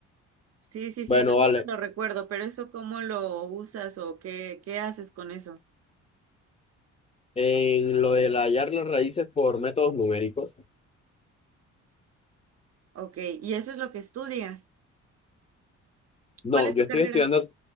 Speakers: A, on the right; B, on the left.
A: sí, sí,
B: Bueno,
A: sí, todo
B: vale.
A: eso lo recuerdo, pero ¿eso cómo lo usas o qué, qué haces con eso?
B: En lo de la- hallar las raíces por métodos numéricos.
A: Ok, y eso es lo que estudias.
B: No,
A: ¿Cuál es
B: yo
A: tu
B: estoy
A: carrera?
B: estudiando,